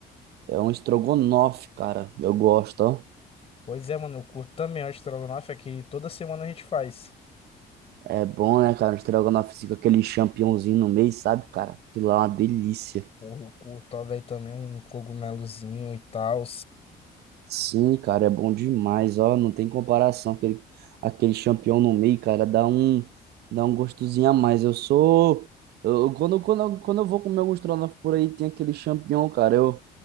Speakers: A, on the right (about 70°); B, on the left (about 35°).
A: é um estrogonofe, cara. Eu gosto, ó.
B: Pois é, mano, eu curto também o estrogonofe, é que toda semana a gente faz.
A: É bom, né, cara? Um estrogonofe assim, com aquele champignonzinho no meio, sabe, cara? Aquilo lá é uma delícia.
B: Porra, eu curto, ó, velho, também um cogumelozinho e tal.
A: Sim, cara, é bom demais, ó, não tem comparação, aquele, aquele champignon no meio, cara, dá um, dá um gostosinho a mais, eu sou, eu, quando, quando, eu- quando eu vou comer alguns estrogonofe por aí, tem aquele champignon, cara, eu,